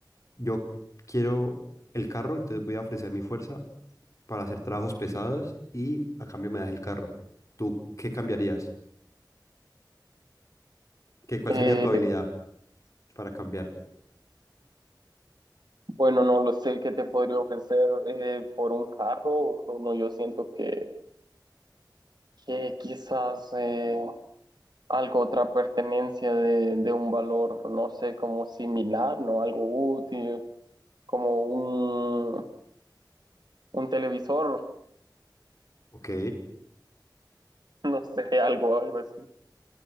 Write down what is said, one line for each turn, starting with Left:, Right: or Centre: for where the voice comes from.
Left: yo quiero el carro, entonces voy a ofrecer mi fuerza para hacer trabajos pesados y a cambio me das el carro. ¿Tú qué cambiarías? ¿Qué, cuál
Right: Eh,
Left: sería tu habilidad para cambiar?
Right: bueno, no lo sé qué te podría ofrecer eh, por un carro. Bueno, yo siento que, que quizás eh, algo, otra pertenencia de, de un valor, no sé, como similar, ¿no? Algo útil, como un, un televisor,
Left: Ok,
Right: <laughs> no sé, algo, algo así.